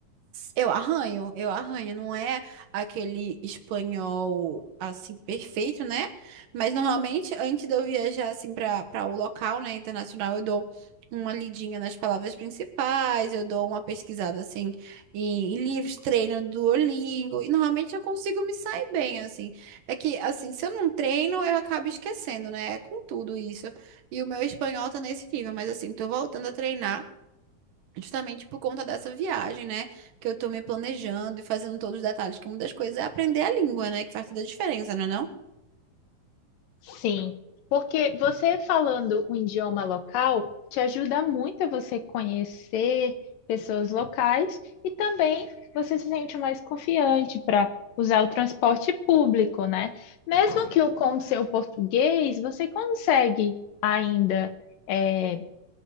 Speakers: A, on the right; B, on the left.
A: Eu arranho, eu arranho. Não é aquele espanhol assim perfeito, né? Mas normalmente, antes de eu viajar assim para para o local, né, internacional, eu dou uma lidinha nas palavras principais, eu dou uma pesquisada assim em, em livros, treino Duolingo, e normalmente eu consigo me sair bem assim. É que assim, se eu não treino, eu acabo esquecendo, né? É com tudo isso. E o meu espanhol tá nesse nível, mas assim, tô voltando a treinar. Justamente por conta dessa viagem, né? Que eu tô me planejando e fazendo todos os detalhes, que uma das coisas é aprender a língua, né? Que faz toda a diferença, não é não?
B: Sim, porque você falando um idioma local te ajuda muito a você conhecer pessoas locais e também você se sente mais confiante para usar o transporte público, né? Mesmo que o com seu português, você consegue ainda é,